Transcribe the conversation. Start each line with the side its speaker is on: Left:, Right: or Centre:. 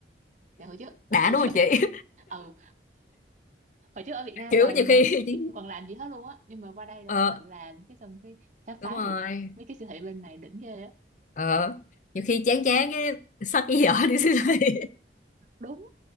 Right: dạ hồi trước <laughs>
Left: đã
Right: hồi
Left: đúng
Right: trước
Left: không chị
Right: ừ hồi trước ở Việt
Left: <laughs>
Right: Nam
Left: kiểu
Right: là
Left: nhiều khi <laughs> chỉ-
Right: chị không còn làm gì hết luôn á nhưng mà qua đây là
Left: ờ
Right: phải tự làm cái xong cái khám
Left: đúng
Right: phá
Left: rồi
Right: được mấy cái siêu thị bên này đỉnh ghê á
Left: ờ nhiều khi chán chán cái xách cái giỏ đi siêu thị
Right: đúng